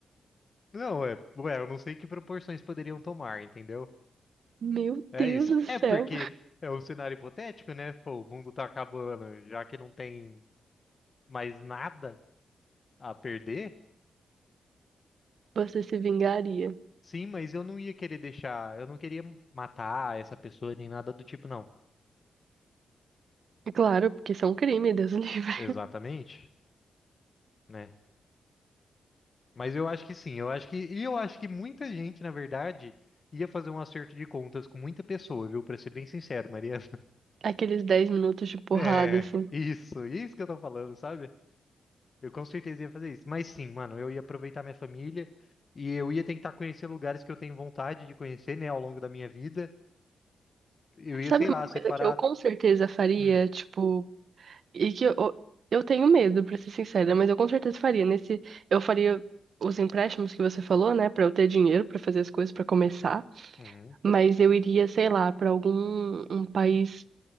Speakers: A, on the left; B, on the right.
A: Não, ué, ué, eu não sei que proporções poderiam tomar, entendeu?
B: Meu
A: É
B: Deus
A: isso.
B: do
A: É
B: céu.
A: porque é um cenário hipotético, né? Pô, o mundo tá acabando, já que não tem mais nada a perder.
B: Você se vingaria.
A: Sim, mas eu não ia querer deixar, eu não queria matar essa pessoa nem nada do tipo, não.
B: Claro, porque isso é um crime, Deus <laughs> o livre.
A: Exatamente, né? Mas eu acho que sim, eu acho que, e eu acho que muita gente, na verdade, ia fazer um acerto de contas com muita pessoa, viu? Pra ser bem sincero, Mariana. <laughs>
B: Aqueles 10 minutos de porrada,
A: É,
B: assim.
A: isso, isso que eu tô falando, sabe? Eu com certeza ia fazer isso. Mas sim, mano, eu ia aproveitar minha família e eu ia tentar conhecer lugares que eu tenho vontade de conhecer, né, ao longo da minha vida. Eu ia,
B: Sabe
A: sei lá,
B: uma coisa
A: separar.
B: que eu com certeza faria?
A: Hum,
B: Tipo, E que eu, eu tenho medo, pra ser sincera, mas eu com certeza faria. Nesse, eu faria os empréstimos que você falou, né, Pra eu ter dinheiro pra fazer as coisas pra começar,
A: uhum.
B: mas eu iria, sei lá, pra algum um país,